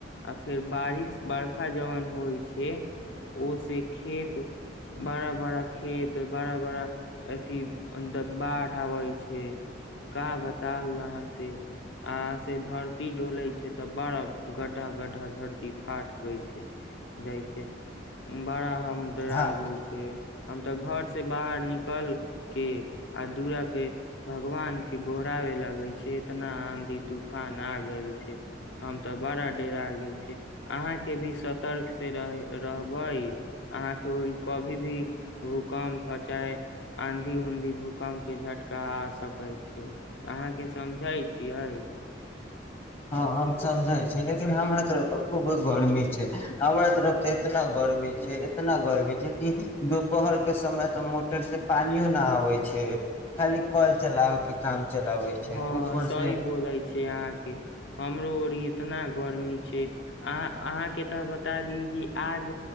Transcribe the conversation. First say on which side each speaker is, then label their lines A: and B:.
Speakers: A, on the left; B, on the left.
A: आ फेर बारिश बरषा जहन होइ छै ओ से खेत बड़ा बड़ा खेत बड़ा बड़ा अथी बाढ़ आबै छै का बताउ अहाँ से आा से धरती डोले छै तऽ बड़ा गड्ढा गड्ढा धरती फाट ग छै जाइ छै बड़ा हम डरागे
B: हँ
A: छै हम तऽ घर से बाहर निकल के आ दूरा पे भगवान के गोरावे लगे छै इतना आंधी तूफान आ ग छै हम तऽ बड़ा डेर आ गेल छी अहा के भी सतर्क से रह रहबै अहा के कभी भी भूकम्प चाहे आंधी उऊंधी भूकम्प के झटका आ सकैत छै अहाँ के समझै छियै
B: हमसब जाइ छी लेकिन हमरा तरफ तऽ खूब गर्मी छै हम तरफ तऽ एतना गर्मी छै एतना गर्मी छै कि दुपहर के समय तऽ मोटर से पानियो न आबै छै खाली कल चलाबे के काम चलाबै छै
A: हँ
B: ऊपर
A: सही
B: से
A: बोलै छै अहाँके हमरो ओर इतना गर्मी छै अह अहाँ के तऽ बता दी कि आज